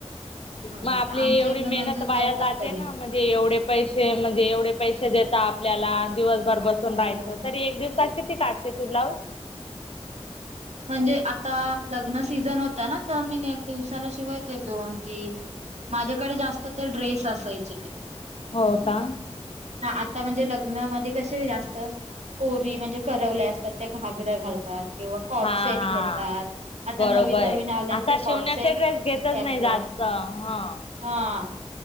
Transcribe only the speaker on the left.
मग आपली
एवढी
मेहनत
वाया
जाते
ना, म्हणज ते एवढे पैसे, म्हणजे एवढे पैसे देत आपल्याला, दिवसभर बस राहायचं.
तरी एक दिवसात किती काढते तू ब्लाऊज?
हो का?
हा-हा
बरोबरे.
आता
शिवण्याचे
ड्रेस घेतच नाही जास त हा.